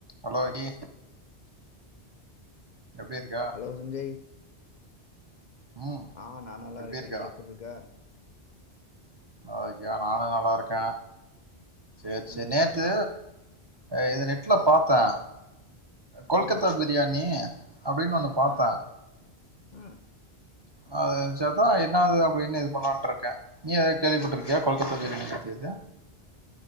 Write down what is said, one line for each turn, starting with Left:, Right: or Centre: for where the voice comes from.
Right: Hello எடி எப்டி இருக்க
Left: ஹலோ சஞ்சய்
Right: ம்
Left: ஆ நா நல்லாருக்கே
Right: எப்டி இருக்க
Left: நீ எப்புருக்க
Right: ஓகே நானு நல்லாருக்கே சேர் செரி
Left: ம்
Right: நேத்து அ இது நெட்ல
Left: ஆ
Right: பாத்த கொல்கத்தா
Left: ம்
Right: பிரியாணி அப்டினு ஒன்னு பாத்தே
Left: ம் ம்
Right: அது நெனச்சாதா என்ன அது அப்டினு இது பண்ணலான்ட்டுருக்கே நீ எது கேள்விப்பட்டுருக்கியா கொல்கத்தா பிரியாணி பத்தியேது